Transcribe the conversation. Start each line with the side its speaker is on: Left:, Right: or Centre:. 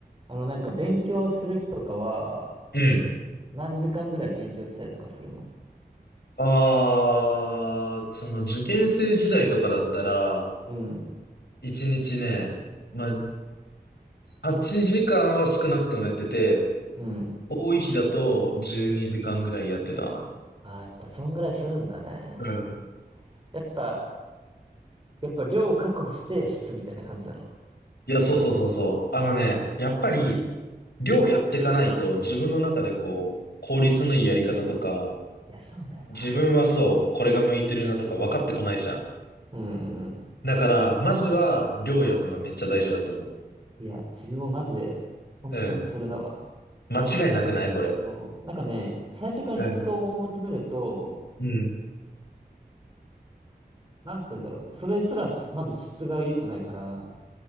Right: あの、なんか勉強する日とかは、
Left: うん。
Right: 何時間ぐらい勉強したりとかするの
Left: ああ、その受験生時代とかだったら、
Right: うん。
Left: 一日ね、まあ、8時間は少なくともやってて、
Right: うん。
Left: 多い日だと12時間ぐらいやってた
Right: ああやっぱそんぐらいするんだね。
Left: な。うん。
Right: やっぱ、やっぱ量を確保して質みたいな感じなの。
Left: いや、そうそうそうそう。あのね、やっぱり、量やってかないと自分の中でこう、効率のいいやり方とか、
Right: いや、そうだよな。
Left: 自分はそう、これが向いてるなとか分かってこないじゃん。
Right: うんうん。
Left: だから、まずは量やるのがめっちゃ大事だと思
Right: いや、自分もマジで、本当にそれだわ。
Left: う。うん。間違いなくないこれ。
Right: そう。なんかね、最初から質を求めると、
Left: うん。うん。
Right: なんて言うんだろう。それすらし、まず質が良くないから、